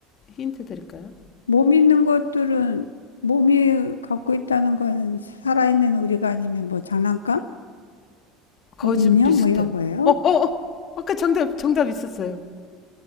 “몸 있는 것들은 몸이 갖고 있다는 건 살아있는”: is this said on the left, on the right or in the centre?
Left